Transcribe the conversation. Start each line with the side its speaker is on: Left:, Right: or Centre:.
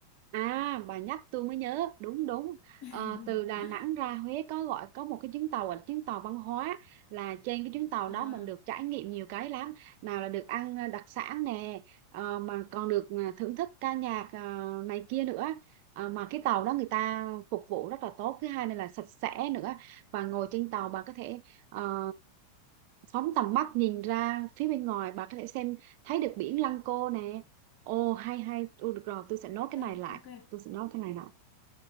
Right: À, bà nhắc tôi mới nhớ, đúng đúng.
Left: <laughs>
Right: Ờ, từ Đà Nẵng ra Huế có gọi có một cái chuyến tàu là chuyến tàu văn hóa là trên cái chuyến tàu
Left: à
Right: đó mình được trải nghiệm nhiều cái lắm. Nào là được ăn ờ, đặc sản nè, ờ, mà còn được ờ, thưởng thức ca nhạc ờ, này kia nữa. Ờ, mà cái tàu đó người ta phục vụ rất là tốt, thứ hai nữa là sạch sẽ nữa. Và ngồi trên tàu bà có thể ờ, phóng tầm mắt nhìn ra phía bên ngoài bà có thể xem thấy được biển Lăng Cô nè ồ hay hay Ồ, được rồi tôi sẽ nốt cái
Left: này
Right: này lại
Left: ok
Right: tôi sẽ nốt cái này lại